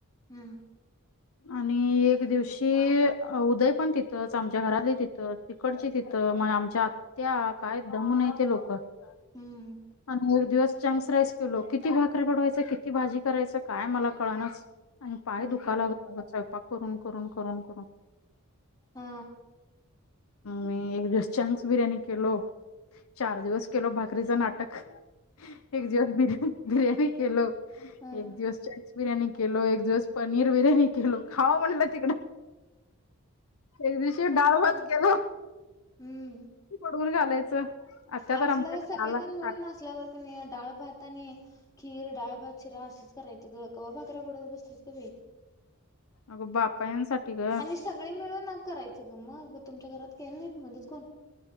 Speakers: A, on the left (about 15°); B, on the left (about 70°).
A: हम्म
B: आणि एक दिवशी उदय पण तिथंच आमच्या घराली तिथून तिकडची तिथं मग आमची आमची आत्या काय दम नाय ते लोक आणि
A: हम्म.
B: एक दिवस चंक्स राईस केलो किती भाकऱ्या बडवायच? किती भाजी करायचं? काय मला कळना? आणि पाय
A: होय
B: दुखा
A: की
B: लागला स्वयपाक करून. करून, करून, करून.
A: हा
B: मी एक दिसांस चान्स बिर्याणी केलो चार दिवस केलो भाकरीचं नाटक. एक दिवस बिर बिर्याणी केलो.
A: हा
B: एक दिवस चान्स - बिर्याणी केलो, एक दिवस पनीर बिर्याणी केलो, खावं म्हटलं तिकडं. एक दिवशी डाळ
A: होय
B: भात
A: की
B: केलो
A: हम्म.
B: पडवून घालायचं. आत्या
A: आजला
B: तर आमच्या खाला
A: सगळेजण
B: ताट
A: मिळूनजल्यावर क नाही डाळ भाता आणि खीर, डाळं, भात रा असच करायचं ग? भाकरया पडत बसत
B: अगं बापायांसाठी ग
A: आणि सगळे मिळून करायचं ग मग. तुमच्या घरात केलं नाहीत मदत कोण